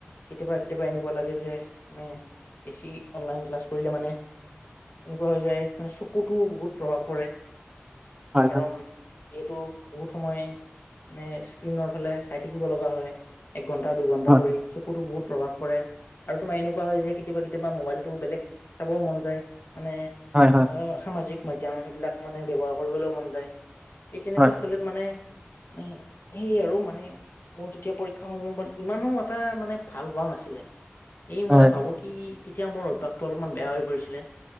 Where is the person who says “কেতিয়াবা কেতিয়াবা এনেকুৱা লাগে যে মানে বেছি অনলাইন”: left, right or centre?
Left